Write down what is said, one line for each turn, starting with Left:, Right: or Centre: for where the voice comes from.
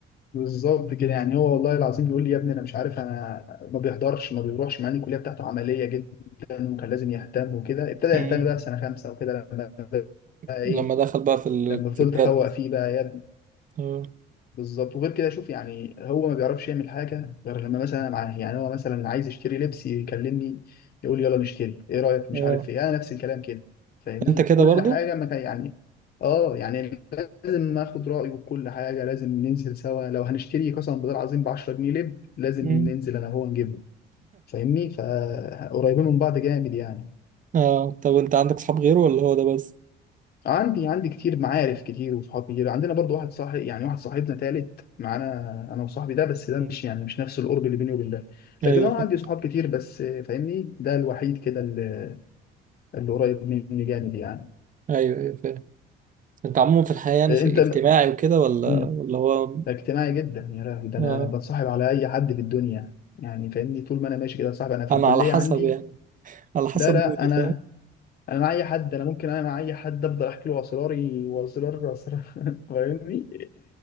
Left: بالظبط كده يعني هو والله العظيم بيقول لي يا ابني انا مش عارف انا ما بيحضرش ما بيروحش مع ان الكليه بتاعته عمليه جدا وكان لازم يهتم وكده ابتدى يهتم
Right: مم.
Left: بقى في سنه خمسه وكده لما بقى ايه
Right: لما دخل بقى في ال...
Left: لما فضلت
Right: في الجد
Left: افوق فيه بقى
Right: اه
Left: بالظبط وغير كده شوف يعني هو ما بيعرفش يعمل حاجه غير لما مثلا أنا معاه يعني هو مثلا عايز يشتري لبس يكلمني يقول لي يلا نشتري ايه رايك مش
Right: اه
Left: عارف ايه انا نفس الكلام كده فاهمني
Right: انت كده
Left: كل
Right: برضو
Left: حاجه ما كان يعني اه يعني لازم اخد رايه في كل حاجه لازم ننزل سوا لو هنشتري قسما بالله العظيم ب 10 جنيه لب لازم
Right: مم.
Left: ننزل انا وهو نجيبه فاهمني فقريبين من بعض جامد يعني
Right: اه طب انت عندك صحاب غيره ولا هو ده بس
Left: عندي عندي كتير معارف كتير وصحاب كتير عندنا برضو واحد صاحب يعني واحد صاحبنا تالت معانا انا وصاحبي ده بس ده
Right: مم.
Left: مش يعني مش نفس القرب اللي بيني وبين ده
Right: ايوه
Left: لكن انا
Right: فاهم
Left: عندي صحاب كتير بس آه، فاهمني ده الوحيد كده اللي, اللي قريب مني جامد يعني
Right: ايوه ايوه فاهم انت عموما في الحياه يعني
Left: آه،
Right: شيء
Left: انت م-
Right: اجتماعي وكده ولا
Left: مم،
Right: ولا هو
Left: ده اجتماعي جدا يا لهوي ده انا
Right: آه.
Left: بتصاحب على اي حد في الدنيا يعني فاهمني طول ما انا ماشي كده صاحب انا في
Right: انا
Left: الكلية
Right: على حسب
Left: عندي
Right: يعني على حسب
Left: لا لا
Right: مودي
Left: انا
Right: فاهم
Left: انا مع اي حد انا ممكن انا مع اي حد افضل احكي له اسراري واسرار اسرار <laughs> فاهمني